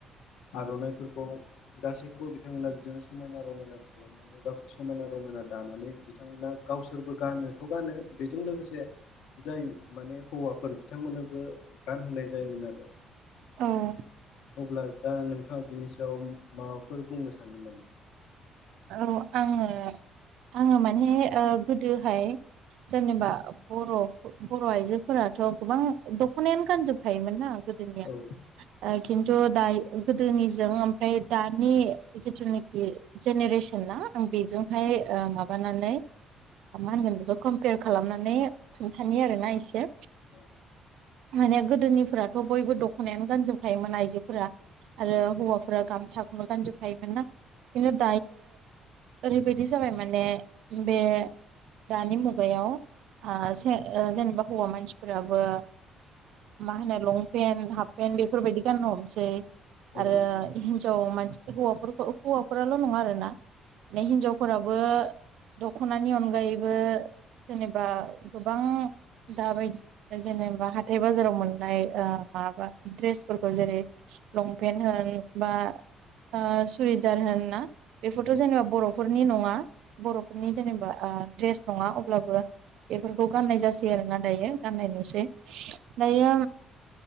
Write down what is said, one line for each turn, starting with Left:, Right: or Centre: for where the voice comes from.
Left: आर'नाइफोरखौ गासैखौबो बिथांमोना बिदिनो समायना रमायना खालामनानै बा समायना रमायना दानानै बिथांमोना गावसोरबो गानोथ' गानो बेजों लोगोसे जाय माने हौवाफोर बिथांमोननोबो गानहोनाय जायोमोन आरो
Right: औ
Left: अब्ला दा नोंथाङा बिनि सायाव माबाफोर बुंनो सानदों नामा
Right: औ आङो आङो माने ओ गोदोहाय जेनेबा बर' बर' आइजोफोराथ' गोबां दख'नायानो गानजोबखायोमोन ना गोदोनिया
Left: औ
Right: ओ खिन्थु दायो गोदोनिजों ओमफ्राय दानि जिथुनाखि जेनेरेसन ना आं बेजोंहाय ओ माबानानै मा होनगोन बेखौ कमपेयार खालामनानै खोन्थानि आरोना एसे
Left: औ
Right: माने गोदोनिफ्राथ' बयबो दख'नायानो गानजोबखायोमोन आइजोफोरा
Left: औ
Right: आरो हौवाफोरा गामसाखौनो गानजोबफायोमोन ना किन्थु ओरैबायदि जाबाय माने बे दानि मुगायाव आ ओ जेनेबा हौवा मानसिफोराबो माहोनो लंपेन्ट हाफ पेन्ट बेफोरबायदि गाननो हमसै
Left: औ
Right: आरो
Left: नंगौ
Right: हिनजाव मानसि हौवाफोरखौ हौवाफोराल' नङा आरोना माने हिनजावफोराबो दख'नानि अनगायैबो जेनेबा गोबां दाबायदि जेनेबा हाथाय बाजाराव मोननाय ओ माबा दड्रेसफोरखौ जेरै लंपेन्ट होन बा ओ सुइजार होन ना बेफोरथ'
Left: औ नंगौ औ
Right: जेनेबा बर'फोरनि नङा बर'फोरनि जेनेबा ओ द्रेस ना नङा अब्लाबो बेफोरखौ गाननाय जासै आरोना दायो गाननाय नुसै दायो